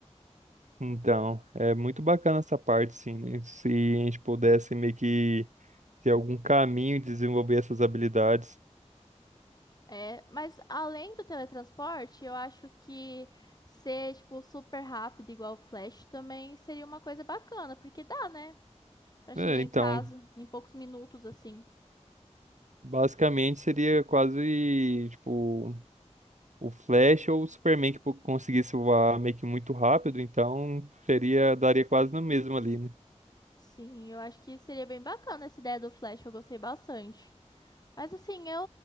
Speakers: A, on the right; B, on the left.
A: Então, é muito bacana essa parte, sim, né? Se a gente pudesse meio que ter algum caminho de desenvolver essas habilidades.
B: É, mas além do teletransporte, eu acho que ser, tipo, super rápido, igual o Flash, também seria uma coisa bacana, porque dá, né? Pra chegar
A: É,
B: em
A: então,
B: casa em poucos minutos, assim.
A: basicamente seria quase, tipo, o Flash ou o Superman que po- conseguisse voar meio que muito rápido, então seria, daria quase no mesmo ali, né?
B: Sim, eu acho que seria bem bacana essa ideia do Flash, eu gostei bastante. Mas assim, eu